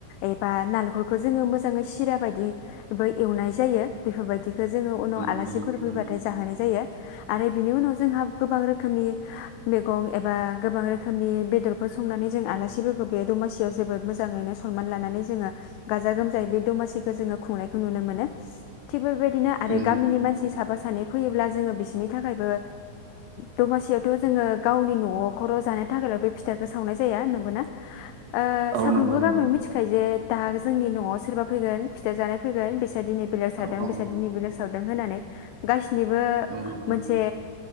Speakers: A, on the left (about 80°); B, on the right (about 50°).
A: एबा नालेंखरखौ जोंङो मोजांङै सिरा बायदिबो एवनाय जायो बेफोरबायदि बेखौ जोंङो उनाव
B: नंगौ
A: आलासिफोर
B: नंगौ नंगौ
A: फैबाथाय जाहोनाय जायो आरो बिनि उनाव जोंहा गोबां रोखोमनि मैगं एबा गोबां रोखोमनि बेदरफोर संनानै जों आलासिफोरखौ बे दमासियाव जोबोद मोजाङैनो सनमान लानानै जोंङो गाजा गोमजायै बे दमासिखौ जोंङो खुंनायखौ नुनो मोनो थिग बेबायदि आरो
B: उम
A: गामिनि मानसि साब माबा सानै फैयोब्ला जोंङो बिसोरनि थाखायबो दमासियावथ जोंङो गावनि नखर जानो थाखायल बे फिथाखौ सावनाय जाया नंगौना ओ
B: औ
A: साफ्रोमबो
B: नंगौ नंगौ
A: गामियाव मिथिखायो जे दा जोंनि नआव सोरबा फैगोन फिथा जानाय फैगोन बिसोर दिनै बेलेग थ जादों
B: औ औ
A: बेस लोंसावदों होननानै गा निबो
B: नंगौ नंगौ
A: मोनसे